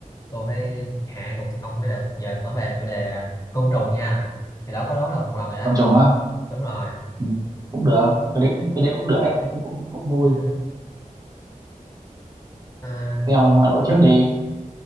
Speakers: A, on the left; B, on the right.
A: tôi phải hạ gục ông mới được giờ nói về chủ đề à, côn trùng nha thì đó có đố là một lần rồi đó
B: con chồng á
A: đúng rồi
B: ừ, cũng được cái đấy cũng cái đấy cũng được ấy cũng cũng, cũng vui
A: ừ. à,
B: thế ông đối trước đi